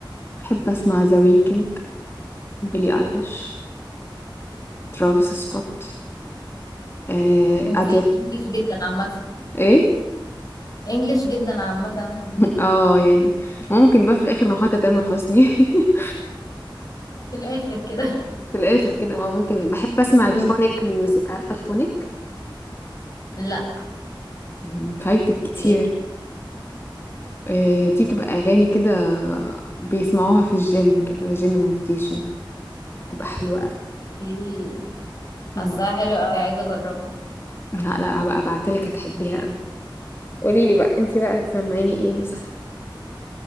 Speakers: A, on the left; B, on the left.
A: بحب اسمع ذا ويكند بيلي ايليش ترافيس سكوت آه
B: انتي
A: اديل
B: انجلش جدا عامة
A: ايه؟
B: انجلش جدا عامة
A: <laughs> اه يعني ممكن بقى في الاخر نوحة تامر حسني <laughs>
B: في الآخر كده
A: في الاخر كده ما ممكن بحب اسمع
B: مم.
A: الفونيك ميوزك عارفة الفونيك؟
B: لا
A: مم، فايتك كتير
B: ايه
A: آه، دي بتبقى أغاني كده بيسمعوها في الجيم كده وجيم موتيفيشن بتبقى حلوة أوي
B: ايه حاساها
A: مم.
B: حلوة اوي عايزة اجربها
A: لا لا هبقى ابعتلك هتحبيها أوي قولي لي بقى انتي بقى هتسمعيني ايه مثلا